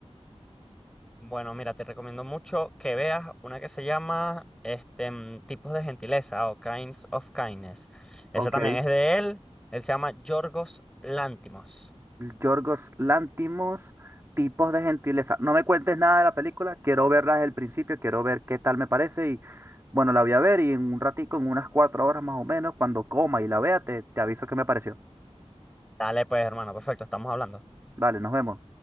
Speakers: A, in the centre; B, on the right.
A: Bueno, mira, te recomiendo mucho que veas una que se llama este, mm, Tipos de Gentileza o Kinds of Kindness. Esa
B: Ok.
A: también es de él, él se llama Yorgos Lántimos.
B: Yorgos Lantimos, tipos de gentileza. No me cuentes nada de la película, quiero verla desde el principio, quiero ver qué tal me parece y bueno, la voy a ver y en un ratico, en unas cuatro horas más o menos, cuando coma y la vea, te, te aviso qué me pareció.
A: Dale, pues, hermano, perfecto, estamos hablando.
B: Dale, nos vemos.